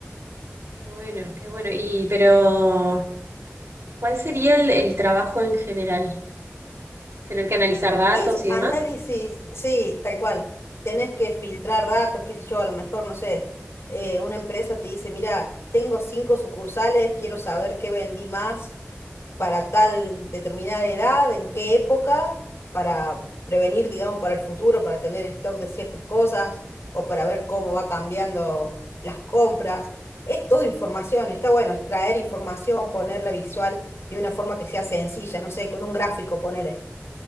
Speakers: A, on the right; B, on the left.
A: qué bueno, qué bueno. Y pero, ¿cuál sería el, el trabajo en general? ¿Tener que analizar datos
B: Es
A: y
B: análisis,
A: demás?
B: sí, tal cual. Tenés que filtrar datos, qué sé yo, a lo mejor, no sé, eh, una empresa te dice, mira, tengo cinco sucursales, quiero saber qué vendí más para tal determinada edad, en qué época, para prevenir, digamos, para el futuro, para tener stock de ciertas cosas o para ver cómo va cambiando las compras. Es todo información, está bueno extraer información, ponerla visual de una forma que sea sencilla, no sé, con un gráfico, ponele